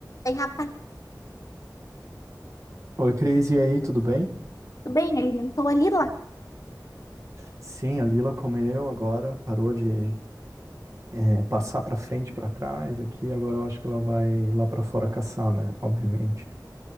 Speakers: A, on the left (about 50°); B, on the right (about 45°).
A: Ei, rapaz,
B: Oi, Cris, e aí, tudo bem?
A: tudo bem? Alimentou a Lila?
B: Sim, a Lila comeu agora, parou de eh, passar para frente, para trás aqui. Agora eu acho que ela vai lá para fora caçar, né? Obviamente.